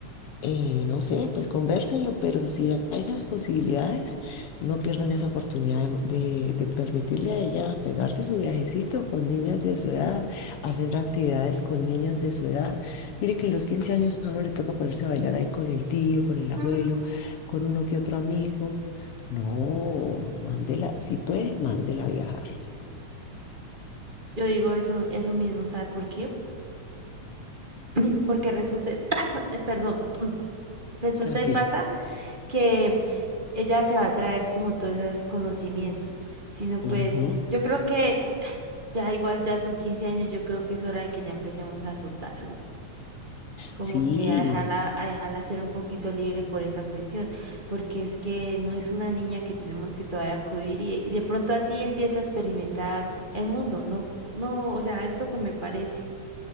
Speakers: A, on the left; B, on the right.
A: eh, no sé, pues convérsenlo, pero si hay las posibilidades, no pierdan esa oportunidad de, de de permitirle a ella pegarse su viajecito con niñas de su edad, hacer actividades con niñas de su edad. Mire que en los 15 años a uno le toca ponerse a bailar ahí con el tío, con el abuelo,
B: Mm.
A: con uno que otro amigo. No, mándela, si puede, mándela a viajar.
B: Yo digo eso, eso mismo, ¿sabe por qué? <clears throat> porque resulta, <coughs> perdón, <clears throat> <coughs> resulta
A: Tranquila.
B: y pasa que ella se va a traer como todos esos conocimientos, sino
A: Ujú.
B: pues yo creo que <sighs> ay, ya igual ya son 15 años, yo creo que es hora de que ya empecemos a soltarla, como
A: Sí,
B: que a dejarla, a dejarla ser un poquito libre por esa cuestión, porque es que no es una niña que tenemos que todavía cohibir y, y de pronto así empieza a experimentar el mundo, ¿no? No, o sea, es lo que me parece.